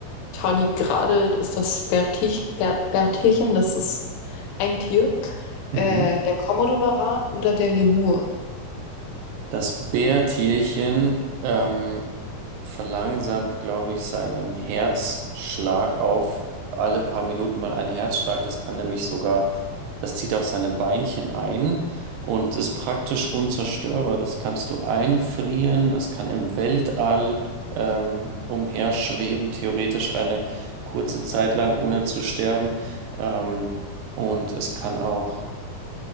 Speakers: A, on the left; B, on the right.
A: Tardigrade ist das Bertich, Ber, Bertelchen, das ist ein Tier.
B: Mhm.
A: Äh, der Komodowaran oder der Lemur.
B: Das Bärtierchen ähm, verlangsamt, glaube ich, seinen Herzschlag auf alle paar Minuten mal einen Herzschlag. Das kann nämlich sogar, das zieht auch seine Beinchen ein und ist praktisch unzerstörbar. Das kannst du einfrieren. Es kann im Weltall ähm, umherschweben, theoretisch eine kurze Zeit lang, ohne zu sterben. Ähm, und es kann auch.